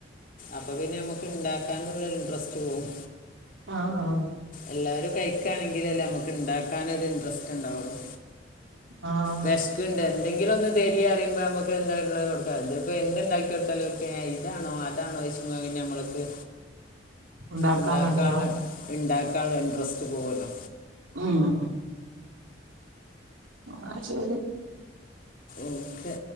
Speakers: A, on the left (about 45°); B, on the right (about 85°).
A: അപ്പൊ പിന്നെ നമക്ക് ഇണ്ടാക്കാനുള്ള ഇൻട്രസ്റ്റ് പോകും
B: ആഹ് ആഹ്
A: എല്ലാരും കഴിക്കാണങ്കിലല്ലെ നമക്ക് ഇണ്ടാക്കാനൊരു ഇൻറസ്റ്റ് ഇണ്ടാവെള്ളും
B: ആഹ്
A: വെഷ്ക്ക്ണ്ട് എന്തെങ്കിലും ഒന്ന് തരീന്നറിയുമ്പോ നമ്മക്ക് എന്താ ഇള്ളേ കൊടുക്കാം ഇത്പ്പം എന്ത് ഇണ്ടാക്കി കൊടുത്താലും ഓല് ഇതാണോ അതാണോ ചോയിച്ചുമ്പോ പിന്നെ നമ്മൾക്ക്
B: ഉണ്ടാക്കാൻ
A: ഇണ്ടാക്കാളെള
B: മടിയാവും
A: ഇണ്ടാക്കാളെ ഇൻട്രസ്റ്റ് പോവല്ലോ
B: ആഹ് ആഹ് ശരി
A: ഓക്കെ